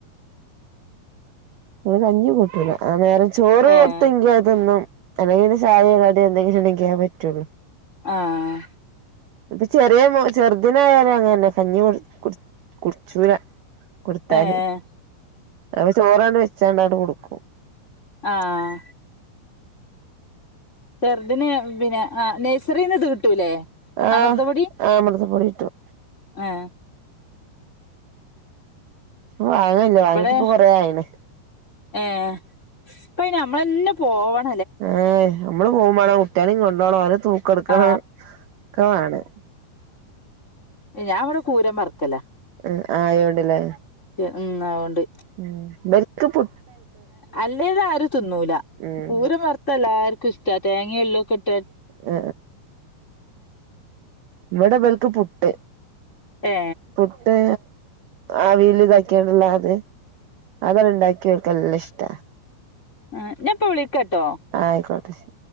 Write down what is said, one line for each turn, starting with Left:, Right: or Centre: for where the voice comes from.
Right: ന കഞ്ഞ കൂട്ടൂല ആ നേരം ചോറ്
Left: ഏഹ്
Right: കൊടുത്തെങ്കി അതൊന്നും അല്ലെങ്കി ചായോ കട എന്തെിലും ഇണങ്കാൻ പറ്റുള്ളൂ
Left: ആഹ
Right: ഇപ്പൊ ചെറിയ ചെറുദിനായാലും അങ്ങന്നെ കഞ്ഞി കു കുടിച്ചൂല കൊടുത്താല്
Left: ഏഹ്
Right: അപ്പ ചോറാണ് വെച്ചാണ്ടട്ട കൊടുക്കും
Left: ആഹ് ചെറുദന് പിന്നെ ആ നഴ്സറിൽ നിന്ന് ഇത് കിട്ടൂല്ലേ
Right: ആഹ്
Left: അമൃദപൊടി
Right: ആഹ് അമൃതപ്പൊടി കിട്ടും
Left: ആഹ
Right: വാങ്ങല്ല വാങ്ങീട്ട്
Left: ഇവിടെ
Right: ഇപ്പൊ കൊറ ആയിണ്
Left: ഏ അപ്പ നമ്മളന്നെ പോവണം
Right: ഏ് നമ്മള് പോകുമ്പോണോ കുട്ടികളും കൊണ്ടുപോണോ അവന് തൂക്കെടുക്കണം
Left: ആ
Right: ഒക്കെ വാണ്
Left: ഞൻ അവിടെ പൂരം വറക്കല
Right: ഉ ആയോണ്ട്ല്ലേ
Left: ഉ ആതുകൊണ്ട്
Right: ഉം ഇവർക്ക് പു
Left: അല്ലേത ആരും തിന്നൂല
Right: ഉം
Left: പൂര വറുത്തല്ല ആർക്കും ഇഷ്ട തേങ്ങയും എള്ളുംക്കെ ഇട്ട്
Right: ഉ ഇവിടെ പേൽക്ക് പുട്ട്
Left: ഏ
Right: പുട്ട് ആവീൽ ഇതാക്കിണ്ട്ത് അത് ഇവടാണ്ടാക്കിയ ഓൽക്ക് നല്ലഷ്ട
Left: ഉ ഇഞാപ്പ വിളിക്കട്ടോ
Right: ആയിക്കോട്ടെ ശരി